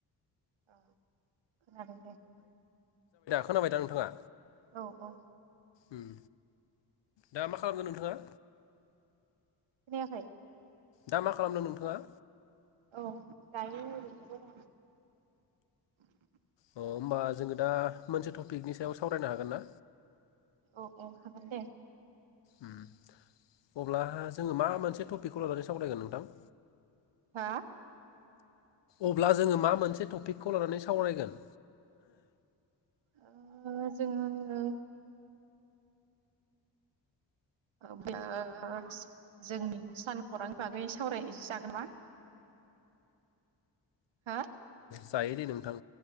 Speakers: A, on the right; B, on the left.
A: औ खोनादों दे <inaudible>
B: खोनाबायदा नोंथाङा?
A: औ औ।
B: ओम दा मा खालामदों नोंथाङा?
A: खोनायाखै।
B: दा मा खालामदों नोंथाङा?
A: औ दायो ओरैनो दङ <inaudible>
B: अ होमबा जोङो दा मोनसे टपिकनि सायाव सावरायनो हा गोन ना?
A: औ अ हागोन दे।
B: ओम अब्ला जोङो मामोन मोनसे टपिखखौ लानानै सावरायगोन नोंथां?
A: हा?
B: अब्ला जोङो मा मोनसे टपिकखौ लानानै सावरायगोन?
A: ओ जोङो <unintelligible> जोंनि सान खौरांनि बागै सावरायसै जागोन मा हो?
B: जायो दे नोंथां।